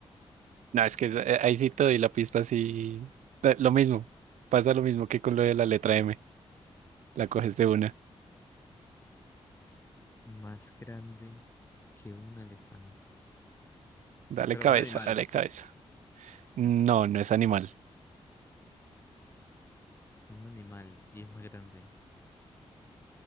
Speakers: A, on the right (about 85°); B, on the left (about 20°).
A: No, es que eh, ahí sí te doy la pista así. Eh, Lo mismo. Pasa lo mismo que con lo de la letra M. La coges de una.
B: Más grande que un elefante.
A: Dale
B: Pero
A: cabeza,
B: es un animal.
A: dale cabeza. No, no es animal.
B: No, Un animal. Y es más grande.